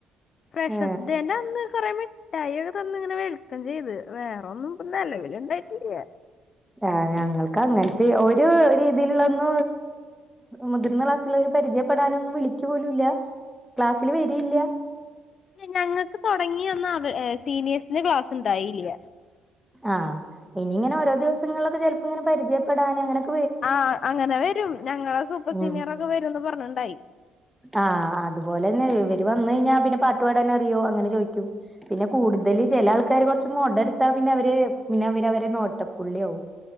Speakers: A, on the left; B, in the centre.
A: ഫ്രഷസ്ഡേന്റെ
B: ആ
A: അന്ന് കുറെ മി മിട്ടായി ഒക്കെ തന്ന് ഇങ്ങനെ വെൽക്കം ചെയ്ത് വേറെ ഒന്നും നിലവില് ഉണ്ടായിട്ടില്ല
B: ആഹ് ഞങ്ങൾക്ക് അങ്ങനത്തെ ഒരു രീതിയിലുള്ളൊന്ന മുതിർന്ന പരിചയപ്പെടാനൊന്നും വിളിക്കു പോലുംഇല്ല ക്ലാസ്സിൽ വരിയില്ല
A: ഞങ്ങൾക്ക് തുടങ്ങിന്ന് അവ സീനിയേഴ്സിന്റെ ക്ലാസ് ഉണ്ടായില്ല
B: ആഹ് ഇനി ഇങ്ങനെ ഓരോ ദിവസങ്ങളിലൊക്കെ ചെലപ്പോ ഇങ്ങനെ പരിചയപ്പെടാനൻ അങ്ങനെ ഒക്കെ
A: ആഹ് അങ്ങനെ വരും ഞങ്ങളെ സൂപ്പർ സീനിയർ
B: ഉം
A: ഒക്കെ വരുന്ന് പറഞ്ഞുട്ടുണ്ടായി
B: ആഹ് അതുപോലെന്നെ ഇവര് വന്ന കഴിഞ്ഞാ പിന്നെ പാട്ടുപാടാൻ അറിയോ അങ്ങനെ ചോദിക്കും പിന്നെ കൂടുതല് ചില ആൾക്കാര് കുറച്ച് മുട എടുത്താ പിന്നെ അവര് പിന്നെ അവര് അവരെ നോട്ടപ്പുള്ളിയാവും